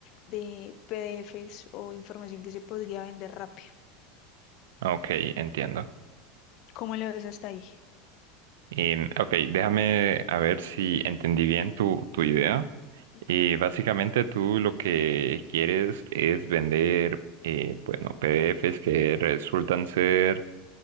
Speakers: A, on the left (about 45°); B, on the right (about 85°).
A: de PDFs o información que se podría vender rápido.
B: ok, entiendo.
A: ¿Cómo lo ves hasta ahí?
B: Em, ok, déjame a ver si entendí bien tu, tu idea.
A: Ujú.
B: Y básicamente tú lo que quieres es vender, eh, bueno, PDFs que resultan ser